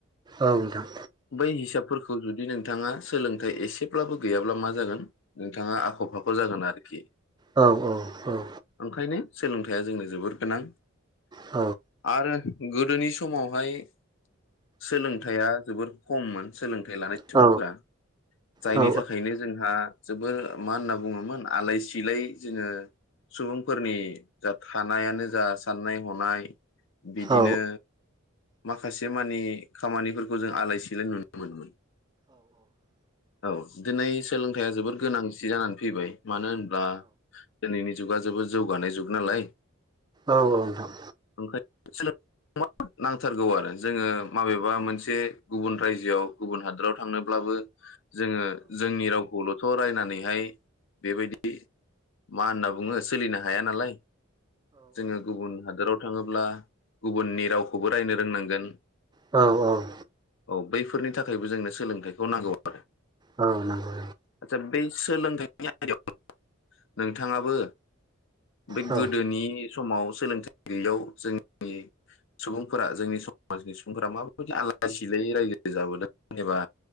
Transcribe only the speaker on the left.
बै हिसाबफोरखौ खौ जुदि नोंथाङा सोलोंथाइ एसेब्लाबो गैयाब्ला मा जागोन नोंथाङा आख फाख जागोन आरोखि
ओंखायनो सोलोंथाइया जोंनो जोबोर गोनां
आरो गोदोनि समावहाय सोलोंथाइया जोबोर खममोन सोलोंथाइ लानाय सुबुंफोरा
जायनि
थाखायनो जोंहा जोबोर मा होनना बुङोमोन आलाय सिलाय जोङो सुबुंफोरनि जा थानायानो जा साननाय हनाय बिदिनो
माखासे मानि खामानिफोरखौ जों आलाय सिलाय नुनो मोनोमोन। औ दिनै सोलोंथाइया जोबोर गोनांथि जानानै फैबाय। मानो होनब्ला दिनैनि जुगा जोबो जौगानाय जुग नालाय
ओंखायनो सोलों <unintelligible> नांथारगौ आरो जोङो माबेबा मोनसे गुबुन रायजोआव गुबुन हादराव थांनोब्लाबो जोङो जोंनि रावखौल' सावरायनानैहाय बेबायदि मा होनना बुङो सोलिनो हाया नालाय। जोङो गुबुन हादोराव थाङो ब्ला गुबुननि रावखौबो रायनो रोंनांगोन।
औ बैफोरनि थाखायबो जोंनो सोलोंथाइखौ नांगौ आरो
आदसा बे सोलोंथाइनि आयदायाव नोंथाङाबो बेै
गोदोनि समाव सोलोंथाइ गैयैयाव जोंनि सुबुंफोरा जोंनि समाजनि सुबुं सुबुंफोरा माबायदि आलाय सिलायै रायजो जाबोदों जेनेबा